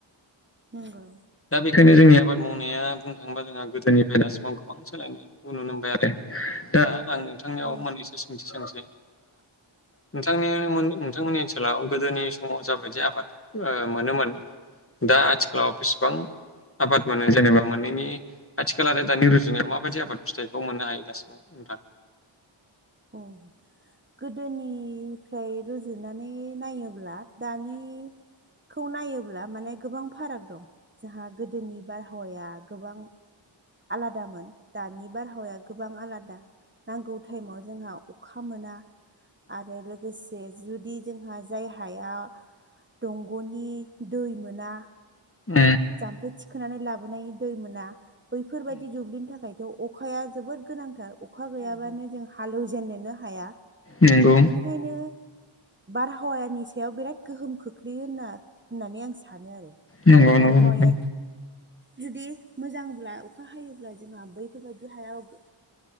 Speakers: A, on the right; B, on the left.
A: नोंगौ।
B: दा बेखायनो जोंनि आबाद मावनाया बुंनो थाङोबा जोंहा गोदोनिफ्राय दासिमाव गोबां सोलाय नुनो मोनबाय आरो दा आं नोंथांनियाव
A: औ
B: मोननैसो सोंथि सोंसै
A: <inaudible>
B: नोंथांनि नोंथांमोननि ओनसोलाव गोदोनि समाव जाबायदि आबाद ओ मोनोमोन दा आथिखाला बेसेबां आबाद मोनो जेनेबा मोननैनि आथिखाल आरो दानि रुजुनायाव माबायदि आबाद फिथाइखौ मोननो हायो दास ओ खोनथा
A: औ गोदोनि फ्राय रुजु नानै नायोब्ला दानि खौ नायोब्ला माने गोबां फाराग दं जोहा गोदोनि बारहावाया गोबां आलादामोन दानि बारहावाया गोबां आलादा नांगौ टायेमाव जोंहा अखा मोना आरो लोगोसे जुदि जोंहा जाय हाया दंग'नि दै मोना
B: ओम
A: जाम्फै थिखोनानै लाबोनाय दै मोना बैफोरबायदि दुब्लिनि थाखाय अखाया जोबोद गोनांथार अखा गैयाबानो जों हालेवजेननोनो हाया।
B: नोंगौ
A: बेखायनो बारहावानि सायाव बिराद गोहोम खोख्लैयो होनना होननानै आं सानो आरो
B: नंगौ नंगौ
A: बारहावाया
B: नोंथां।
A: जुदि मोजांब्ला अखा हायोब्ला जोंहा बैफोरबायदि हायाव